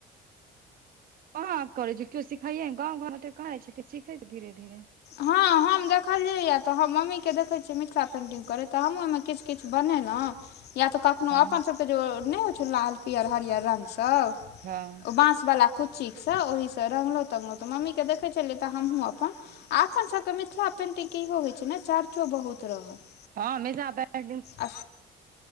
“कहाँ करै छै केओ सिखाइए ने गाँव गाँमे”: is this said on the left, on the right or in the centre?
Right